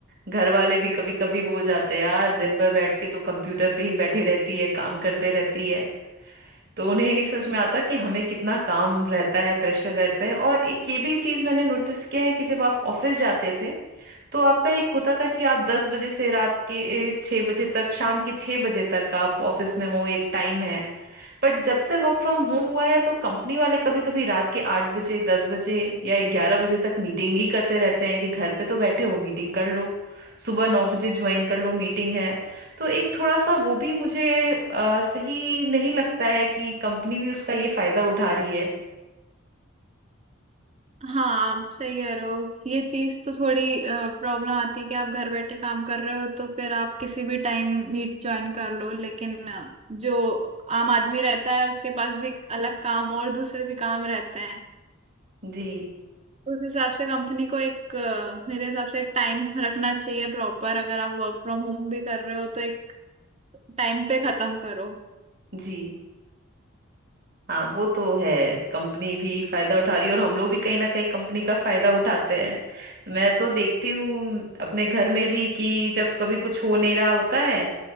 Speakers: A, on the right (about 45°); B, on the right (about 30°).
A: घर वाले भी कभी कभी वो हो जाते हैं यार दिन भर बैठ के तो कंप्यूटर पे ही बैठी रहती है काम करते रहती है तो उन्हें ये नहीं समझ में आता कि हमें कितना काम रहता है प्रेशर रहता है और एक ये भी चीज मैंने नोटिस किया है कि जब आप ऑफिस जाते थे तो आपका एक होता था कि आप दस बजे से रात के छः बजे तक शाम के छः बजे तक आप ऑफिस में हो एक टाइम है बट जब से वर्क फ्रॉम होम हुआ है तो कंपनी वाले कभी कभी रात के आठ बजे दस बजे या ग्यारह बजे तक मीटिंग ही करते रहते हैं कि घर पे तो बैठे हो मीटिंग कर लो सुबह नौ बजे ज्वाइन कर लो मीटिंग है तो एक थोड़ा सा वो भी मुझे अ, सही नहीं लगता है कि कंपनी भी उसका ये फायदा उठा रही है
B: हाँ आप सही कह रहे हो ये चीज तो थोड़ी प्रॉब्लम आती है कि आप घर बैठे काम कर रहे हो तो फिर आप किसी भी टाइम मीट ज्वाइन कर लो लेकिन अ, जो आम आदमी रहता है उसके पास भी अलग काम और दूसरे भी काम रहते
A: जी
B: उस हिसाब से कंपनी को एक अ, मेरे हिसाब से एक टाइम रखना चाहिए प्रॉपर अगर आप वर्क फ्रॉम होम भी कर रहे हो तो एक टाइम पे खत्म करो
A: जी हाँ वो तो है कंपनी भी फायदा उठा रही है और हम लोग भी कहीं ना कहीं कंपनी का फायदा उठाते हैं मैं तो देखती हूँ अपने घर में भी कि जब कभी कुछ हो नहीं रहा होता है